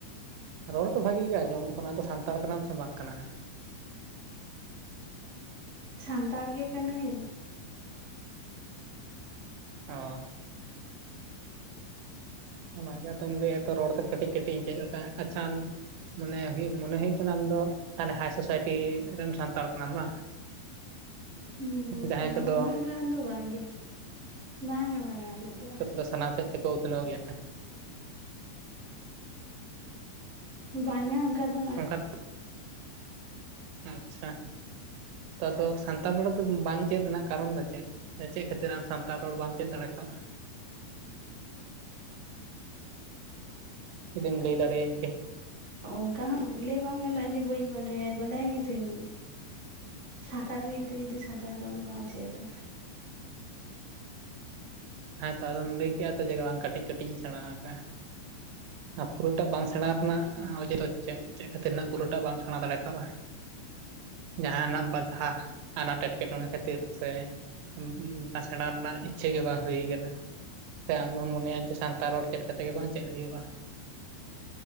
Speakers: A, on the right (about 80°); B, on the right (about 60°).
A: ᱨᱚᱲ ᱫᱚ ᱵᱷᱟᱜᱮ ᱜᱮ ᱟᱸᱡᱚᱢᱚᱜ ᱠᱟᱱᱟ ᱟᱫᱚ ᱥᱟᱱᱛᱟᱲ ᱠᱟᱱᱟᱢ ᱥᱮ ᱵᱟᱝ ᱠᱟᱱᱟ?
B: ᱥᱟᱱᱛᱟᱲ ᱜᱮ ᱠᱟᱹᱱᱟᱹᱧ᱾
A: ᱚ᱾ ᱚᱱᱟ ᱜᱮ ᱟᱫᱚᱢ ᱞᱟᱹᱭᱮᱜᱼᱟ ᱛᱚ ᱨᱚᱲ ᱛᱮᱫ ᱠᱟᱹᱴᱤᱡ ᱠᱟᱹᱴᱤᱡ ᱤᱧ ᱪᱮᱫ ᱠᱟᱜ-ᱟ᱾ ᱟᱪᱪᱷᱟᱱ ᱢᱚᱱᱮ ᱦᱩᱭᱩᱜ ᱢᱚᱱᱮ ᱦᱳᱭᱳᱜ ᱠᱟᱱᱟ ᱟᱢᱫᱚ ᱦᱟᱱᱮ ᱦᱟᱭ ᱥᱳᱥᱟᱭᱴᱤ ᱨᱮᱱ ᱥᱟᱱᱛᱟᱲ ᱠᱟᱱᱟᱢ ᱵᱟᱝ? <inaudible>
B: ᱩᱸ
A: ᱡᱟᱦᱟᱸᱭ
B: ᱮᱸ-ᱦᱮᱸᱜ
A: ᱠᱚᱫᱚ
B: ᱩᱱᱟᱹᱜ ᱜᱟᱱ ᱫᱚ ᱵᱟᱝ ᱜᱮ, ᱵᱟᱝᱟ ᱵᱟᱝᱟ ᱩᱱᱟᱹᱜ ᱫᱚ ᱵᱟᱝ᱾
A: ᱫᱚ ᱥᱟᱱᱟᱢ ᱥᱮᱫ ᱛᱮᱠᱚ ᱩᱛᱱᱟᱹᱣ ᱜᱮᱭᱟ᱾
B: ᱵᱟᱝᱟ ᱚᱱᱠᱟ ᱫᱚ ᱵᱟᱝ᱾
A: <inaudible> ᱟᱪᱪᱷᱟ᱾ ᱛᱚ ᱟᱫᱚ ᱥᱟᱱᱛᱟᱲ ᱨᱚᱲ ᱫᱚ ᱵᱟᱝ ᱪᱮᱫ ᱨᱮᱱᱟᱜ ᱠᱟᱨᱚᱱ ᱫᱚ ᱪᱮᱫ? ᱪᱮᱫ ᱠᱷᱟᱹᱛᱤᱨ ᱟᱢ ᱥᱟᱱᱛᱟᱲ ᱨᱚᱲ ᱵᱟᱢ ᱪᱮᱫ ᱫᱟᱲᱮ ᱠᱟᱣ-ᱟ᱾ ᱡᱩᱫᱤᱢ ᱞᱮᱭ ᱫᱟᱲᱮᱭᱟᱹᱧ ᱠᱮᱭᱟ
B: ᱚᱝᱠᱟ ᱦᱚᱸ ᱞᱟᱹᱭ ᱵᱟᱝ ᱜᱟᱱᱚᱜᱼᱟ ᱡᱮ ᱵᱟᱹᱧ ᱵᱟᱰᱟᱭᱟ, ᱵᱟᱰᱟᱭ ᱜᱮᱫᱩᱧ᱾ ᱥᱟᱱᱛᱟᱲ ᱦᱩᱭ ᱛᱮ ᱡᱩᱫᱤ ᱥᱟᱱᱛᱟᱲ ᱨᱚᱲ ᱵᱟᱢ ᱪᱮᱫᱟ᱾
A: ᱦᱮᱸ ᱛᱚ ᱟᱫᱚᱢ ᱞᱟᱹᱭ ᱠᱮᱭ-ᱟ ᱛᱚ ᱡᱮᱜ ᱵᱟᱝ ᱠᱟᱹᱴᱤᱡ ᱠᱟᱹᱴᱤᱡ ᱤᱧ ᱥᱮᱬᱟ ᱟᱠᱟᱟᱜᱼᱟ᱾ ᱟ ᱯᱩᱨᱟᱹᱴᱟᱜ ᱵᱟᱝ ᱥᱮᱬᱟ ᱨᱮᱱᱟᱜ ᱚᱡᱮ ᱫᱚ ᱪᱮᱫ, ᱪᱮᱫ ᱠᱷᱟᱹᱛᱤᱨ ᱱᱟᱜ ᱯᱩᱨᱟᱹᱴᱟᱜ ᱵᱟᱢ ᱥᱮᱬᱟ ᱫᱟᱲᱮ ᱠᱟᱣ-ᱟ? ᱡᱟᱦᱟᱸ ᱱᱟᱜ ᱵᱟᱫᱷᱟ ᱟᱱᱟᱴ ᱮᱴᱠᱮᱴᱚᱬᱮ ᱠᱷᱟᱹᱛᱤᱨ, ᱥᱮ ᱩᱸ ᱩᱸ ᱩᱸ ᱠᱟ ᱥᱮᱬᱟ ᱨᱮᱱᱟᱜ ᱤᱪᱪᱷᱟᱹ ᱜᱮ ᱵᱟᱝ ᱦᱩᱭ ᱠᱟᱱᱟ, ᱥᱮ ᱟᱢᱮᱢ ᱢᱚᱱᱮᱭᱟ ᱡᱮ ᱥᱟᱱᱛᱟᱲ ᱨᱚᱲ ᱪᱮᱫ ᱠᱟᱛᱮ ᱜᱮ ᱵᱟᱝ ᱪᱮᱫ ᱦᱩᱭᱩᱜᱼᱟ?